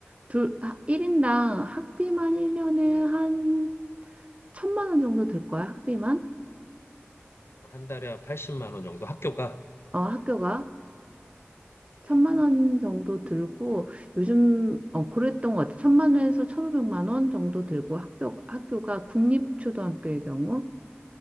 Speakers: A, on the right; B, on the left.
A: 둘, 1인당 학비만 1년에
B: 음,
A: 한 천만 원 정도 들 거야, 학비만?
B: 한 달에 한 80만 원 정도 학교가
A: 어, 학교가. 천만
B: 음,
A: 원 정도 들고, 요즘, 어, 그랬던 것 같아. 천만 원에서 천오백만 원 정도 들고, 학교, 학교가
B: 음,
A: 국립초등학교의 경우.